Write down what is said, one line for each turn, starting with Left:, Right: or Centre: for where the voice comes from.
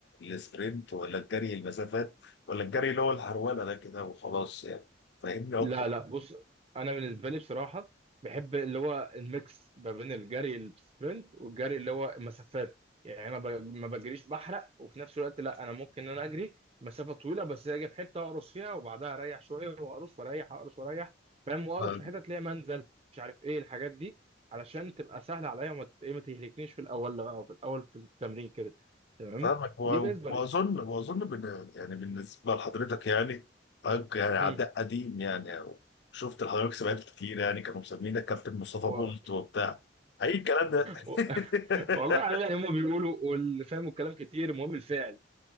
Left: السبرنت ولا الجري المسافات ولا الجري اللي هو الهرولة ده كده وخلاص يعني فاهمني اكتر
Right: لا لا بص انا بالنسبه لي بصراحه بحب اللي هو الميكس ما بين الجري السبرنت والجري اللي هو مسافات يعني ما ب- ما بجريش بحرق وفي نفس الوقت لا انا ممكن ان انا اجري مسافه طويله بس اجي في حته اقرص فيها وبعدها اريح شويه واقرص واريح اقرص واريح فاهم واقرص
Left: فاهم-
Right: في حته تلاقي منزل مش عارف ايه الحاجات دي علشان تبقى سهله عليا وما ت- ايه ما تهلكنيش في الاول أو في الاول في التمرين كده تمام
Left: فاهمك و-
Right: دي بالنسبه
Left: واظن
Right: لي
Left: واظن بن يعني بالنسبه لحضرتك يعني حضرتك يعني عداء
Right: مم.
Left: قديم يعني أو شفت لحضرتك سباقات كتير يعني كانوا مسمينك كابتن مصطفى
Right: و...
Left: بولت وبتاع اي الكلام ده
Right: و... <laughs>
Left: <laughs>
Right: والله يعني هما بيقولوا واللي فاهموا الكلام كتير المهم الفعل